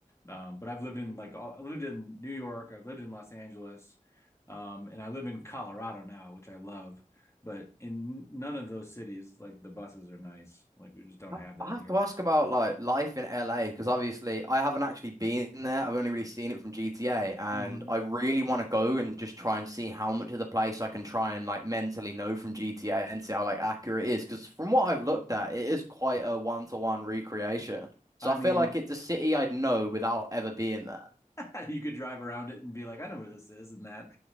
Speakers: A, on the left; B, on the right.
A: Um, but I've lived in like all- I lived in New York, I've lived in Los Angeles, um, and I live in Colorado now, which I love. But in none of those cities, like the buses are nice. Like we just don't
B: I
A: have that
B: I have
A: here.
B: to ask about like life in LA because obviously I haven't actually been there. I've only really seen it from GTA, and
A: hmm
B: I really want to go and just try and see how much of the place I can try and like mentally know from GTA and see how like accurate it is. Because from what I've looked at, it is quite a one-to-one recreation. So
A: I
B: I
A: mean,
B: feel like it's a city I'd know without ever being there.
A: <laughs> You could drive around it and be like, I know where this is and that.